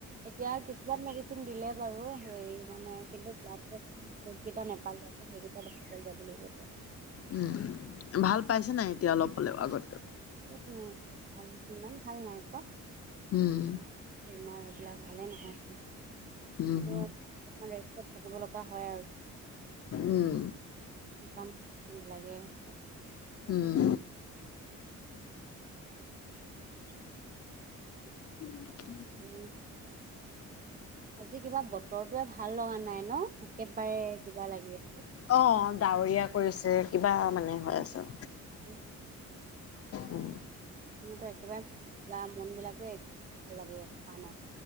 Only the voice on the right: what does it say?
এতিয়া কিছুমান মেডিচিন দিলে বাৰু। হেৰি মানে কিন্তু ব্লাড টেষ্ট <unintelligible> নাপালো আকৌ সেইকেইটা দেখাব যাব লাগিব। এতিয়া।
উম ভাল ইমান ভাল নাই পোৱা
এইবিলাক ভালে নহয়। কিন্তু
অকনমান ৰেষ্টত থাকিব লগা হয় আৰু।
কাম নালাগে <unintelligible>
<unintelligible>
উম আজি কিবা বতৰটোৱে ভাল লগা নাই ন একেবাৰে কিবা লাগি
উ
মোৰতো একেবাৰে কিবা মন বিলাকে ভাল লাগে থকা নাই।